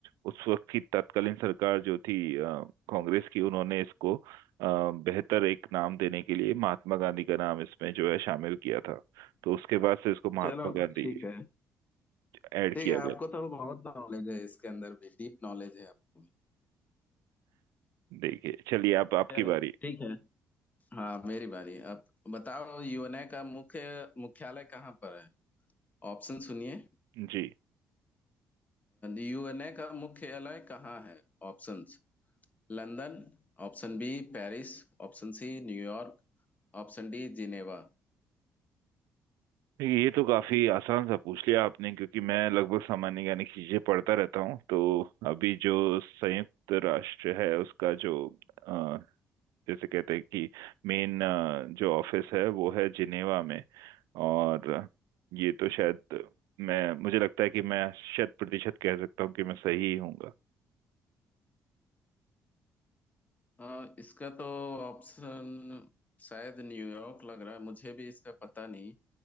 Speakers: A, on the right; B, on the left.
A: उस वक्त की तत्कालीन सरकार जो थी अ, कांग्रेस की उन्होंने इसको अ, बेहतर एक नाम देने के लिए महात्मा गांधी का नाम इसमें जो है शामिल किया था तो उसके बाद से इसको महात्मा
B: चलो
A: गांधी
B: ठीक है
A: ऐड
B: ठीक
A: किया
B: है आपको
A: गया
B: तो बहुत नॉलेज है इसके अंदर भी डीप नॉलेज है आपको
A: देखिए चलिए आप आपकी
B: चलो
A: बारी
B: ठीक है हाँ मेरी बारी अब बताओ यूएनए का मुख्य मुख्यालय कहाँ पर है ऑप्शन सुनिए
A: जी
B: यूएनए का मुख्यालय कहाँ है Options London option B Paris option C New York option D Geneva
A: देखिए, ये तो काफी आसान सा पूछ लिया आपने क्योंकि मैं लगभग सामान्य ज्ञान की चीजें पढ़ता रहता हूँ तो अभी जो संयुक्त राष्ट्र है उसका जो अ, जैसे कहते हैं कि मेन जो ऑफिस है वो है जिनेवा में और ये तो शायद मैं मुझे लगता है कि मैं शत प्रतिशत कह सकता हूँ कि मैं सही ही हूँ
B: हाँ इसका तो ऑप्शन शायद न्यूयॉर्क लग रहा है मुझे भी इसका पता नहीं